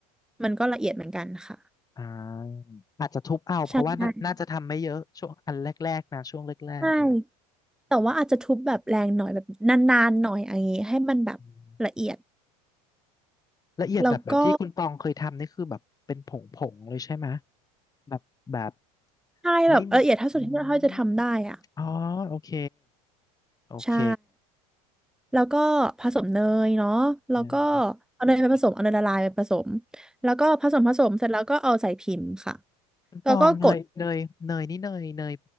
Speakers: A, in the centre; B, on the left.
A: มันก็ละเอียดเหมือนกันค่ะ
B: อ่าอาจจะทุบเอาเพราะว่าน่าน่าจะทำไม่เยอะช่วงอันแรกๆนะช่วงแรกๆเออ
A: ใช่ใช่ใช่ แต่ว่าอาจจะทุบแบบแรงหน่อยแบบนานๆหน่อยอย่างงี้ให้มันแบบละเอียด
B: อืมละเอียดแบบแบบที่คุณตองเคยทำนี่คือแบบเป็นผงๆเลยใช่ไหม
A: แล้วก็
B: แบบแบบ
A: ใช่แบบละเอียดเท่าสุดที่เราจะทำได้อ่ะ
B: ไม่อืมอ๋อโอเค โอเค
A: ใช่แล้วก็ผสมเนยเนาะแล้วก็
B: เนย
A: เอาเนยไปผสมเอาเนยละลายไปผสมแล้วก็ผสมผสมเสร็จแล้วก็เอาใส่พิมพ์ค่ะ
B: น้ำตองเนยเนยเนยนี่เนยเนย
A: แล้วก็กด